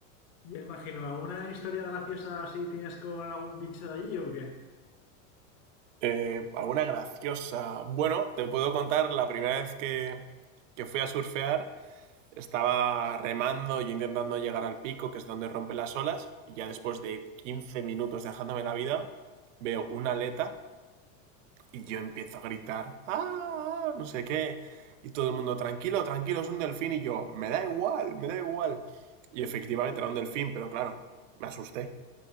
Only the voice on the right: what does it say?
Eh, alguna graciosa. Bueno, te puedo contar la primera vez que, que fui a surfear Estaba remando y intentando llegar al pico, que es donde rompen las olas, y ya después de 15 minutos dejándome la vida, veo una aleta y yo empiezo a gritar, ¡ah! No sé qué. Y todo el mundo, tranquilo, tranquilo, es un delfín. Y yo, me da igual, me da igual. Y efectivamente era un delfín, pero claro, me asusté.